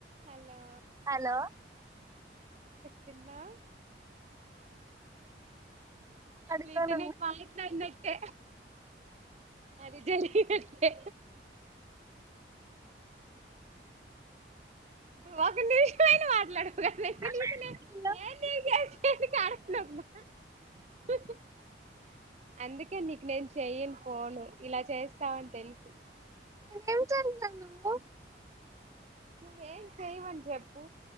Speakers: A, on the right; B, on the right.
A: హాల్లో
B: హాల్లో
A: తిన్నా
B: పడుకోనున్న
A: లేతనేక్ మాట్లాడిన్నట్టే అది జరిగిన్నట్లే ఒక నిమిషమైన మాట్లాడు <unintelligible>
B: హలో
A: ఎం <unintelligible> అందుకే నీకు నేను చెయ్యను ఫోను ఇలా చేస్తావని తెలుసు
B: ఎం తింటున్నావ్ నువ్వు
A: నువ్వేం చెయవని చెప్పు